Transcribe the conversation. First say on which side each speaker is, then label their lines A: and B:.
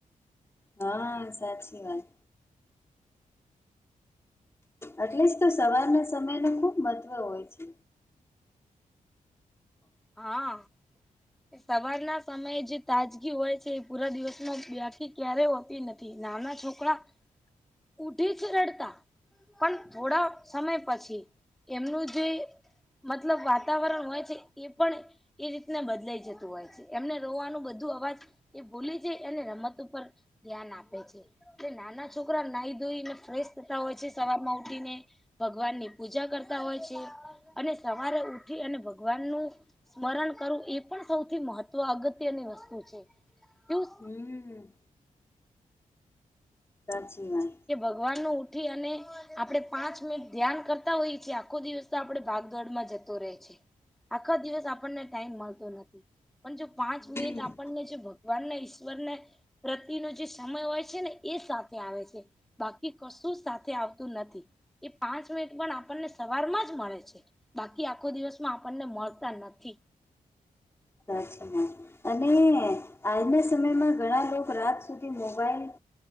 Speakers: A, on the left (about 15°); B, in the centre.
A: હ ન સાચી વાત. એટલે જ તો સવારના સમય નું ખુબ મહત્વ હોય છે.
B: હા. સવારના સમયે જે તાજગી હોય છે એ પૂરા દિવસમાં બાકી ક્યારેય હોતી નથી. નાના છોકરા
A: હ <unintelligible>
B: ઉઠી જ રડતા. પણ થોડા સમય પછી એમનું જે મતલબ વાતાવરણ હોય છે એ પણ એ રીતને બદલાઈ. જતું હોય છે એમને રોવાનું બધું અવાજ એ ભૂલી જાય અને રમત ઉપર ધ્યાન આપે છે એટલે નાના છોકરા નાહી ધોઈ ને ફ્રેશ થતા હોય છે સવાર માં ઉઠીને. ભગવાન ની પૂજા કરતા હોય છે અને સવારે ઉઠી અને ભગવાનનું. સ્મરણ કરવું એ પણ સૌથી મહત્વ અગત્યની વસ્તુ છે અહ.
A: હમ સાચી વાણી
B: કે ભગવાન નું ઉઠી અને. આપડણે પાંચ મિનિટ ધ્યાન કરતા હોઈએ છીએ આખો દિવસ તો આપણેે ભાગદોડમાં જતો રહે છે. આખા દિવસ આપણને ટાઈમ મળતો નથી. પણ જો પાંચ મિનિટ
A: હમ
B: આપણને જો ભગવાનને ઈશ્વર ને પ્રતિનો જે સમય હોય છે ને એ સાથે આવે છે. બાકી કશું સાથે આવતું નથી. એ પાંચ મિનિટ પણ આપણને સવારમાં જ મળે છે. બાકી આખો દિવસમાં આપણને મળતા નથી.
A: સાચી વાત છે અને આજના સમયમાં ઘણા લોકો રાત સુધી મોબાઈલ